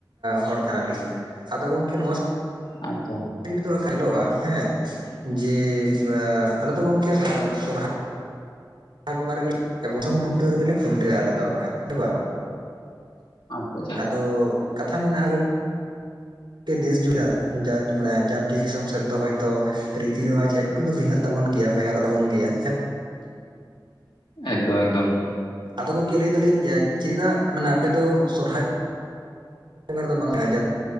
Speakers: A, on the right (about 85°); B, on the left (about 80°).
A: ᱦᱚᱲ ᱠᱟᱱᱟᱞᱤᱧ ᱾ ᱟᱫᱚ ᱜᱚᱝᱠᱮ ᱱᱚᱣᱟ
B: ᱟᱪᱪᱷᱟ,
A: ᱵᱤᱴ ᱫᱚ ᱧᱮᱞᱚᱜ-ᱟ ᱦᱮᱸ ᱡᱮ ᱟᱞᱮ ᱫᱚ ᱜᱚᱝᱠᱮ ᱥᱚᱨᱦᱟ ᱟᱨᱭ ᱵᱚᱸᱜᱟ ᱨᱮᱜᱮ ᱞᱮ ᱮᱵᱚᱝ ᱠᱷᱩᱱᱴᱟᱹᱣ ᱨᱮᱜᱮ ᱠᱷᱩᱱᱴᱟᱹᱜ-ᱟ ᱾ ᱟᱞᱮ ᱫᱚ ᱠᱷᱟᱱ ᱦᱮᱸ ᱵᱟᱝ
B: ᱟᱪᱪᱷᱟ ᱟᱪᱪᱷᱟ
A: ᱟᱫᱚ ᱠᱟᱛᱷᱟ ᱢᱮᱱᱟᱜᱼᱟ ᱜᱚᱝᱠᱮ, ᱛᱮ ᱫᱮᱥ ᱡᱩ <unintelligible> ᱡᱟᱪ ᱢᱟᱱᱮ ᱡᱟᱨᱡᱮᱨ ᱫᱤᱥᱚᱢ ᱥᱮᱫ ᱫᱚ ᱦᱚᱭᱛᱚ ᱨᱤᱛᱤ ᱨᱮᱣᱟᱡᱽ ᱮᱠ ᱴᱩ ᱫᱚ ᱵᱷᱤᱱᱟᱹᱜ ᱛᱟᱵᱚᱱ ᱜᱮᱭᱟ ᱵᱷᱮᱜᱟᱨ ᱛᱟᱵᱚᱱ ᱜᱮᱭᱟ ᱾
B: ᱮᱠᱫᱚᱢ ᱮᱠᱫᱚᱢ ᱾
A: ᱟᱫᱚ ᱜᱚᱝᱠᱮ ᱞᱟᱹᱭ ᱫᱟᱞᱤᱧ ᱪᱮᱫᱟᱜ ᱢᱟᱱᱮ ᱟᱯᱮ ᱫᱚ ᱥᱚᱦᱨᱟᱭ
B: <inaudible>
A: ᱫᱚ ᱵᱟᱝ ᱡᱟᱱᱩᱟᱨᱤ ᱫᱚᱯᱮ ᱥᱚᱨᱦᱟᱭᱚᱜ